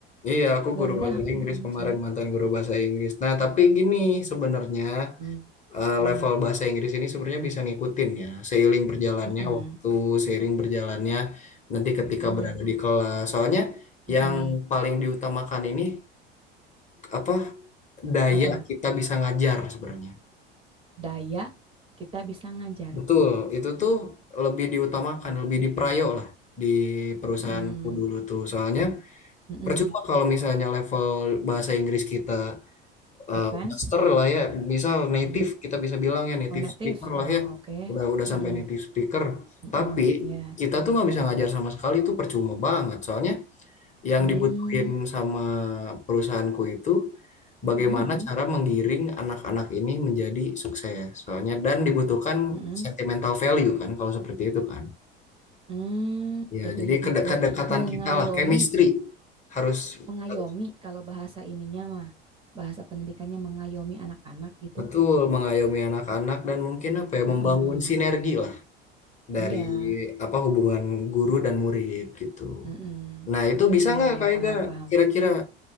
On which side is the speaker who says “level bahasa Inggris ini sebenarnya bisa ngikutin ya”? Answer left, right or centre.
Left